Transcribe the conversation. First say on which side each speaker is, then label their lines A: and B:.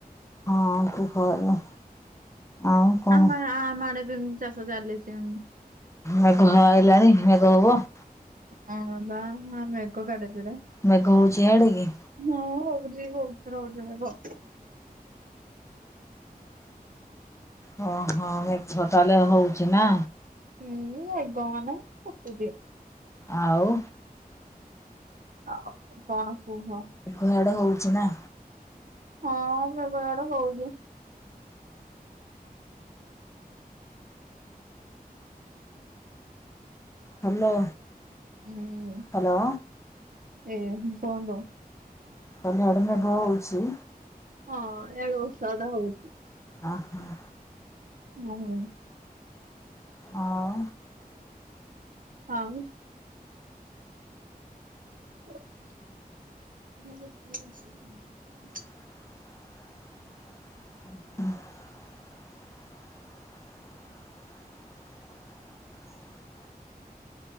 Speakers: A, on the left; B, on the right.
A: ହଁ କୁହ ଏବେ ଆଉ କଣ?
B: ଆମ ଆମ ଆଡେ ଏମିତି ଚାଷ ଚାଲିଛି ଆଉ।
A: ମେଘ ଆଇଲାଣି ମେଘ ହବ।
B: ହଁ ବା ହଁ ମେଘ କେଡେ ଯୋରେ।
A: ମେଘ ହଉଚି ଇଆଡେ କି?
B: ହୁଁ ହଉଛି ବହୁତ ଜୋରେ ହଉଛି ମେଘ।
A: ହଁ - ହଁ ମେଘ ତାହାଲେ ହଉଛି ନା?
B: ହୁଁ ମେଘ ମାନେ କୁଟୁଚି।
A: ଆଉ
B: ଆଉ କଣ କୁହ?
A: ଇଆଡେ ହଉଛି ନା?
B: ହଁ ମେଘ ଆଡେ ହଉଚି।
A: ହ୍ୟାଲୋ।
B: ହୁଁ
A: ହ୍ୟାଲୋ
B: ଏ କୁହନ୍ତୁ।
A: ତମ ଆଡେ ମେଘ ହଉଚି?
B: ହଁ ଇଆଡେ ବର୍ଷାଟା ହଉଛି।
A: ଅ ହଁ।
B: ଉଁ ହୁଁ।
A: ଆଉ
B: ଆଉ <inaudible>
A: <inaudible>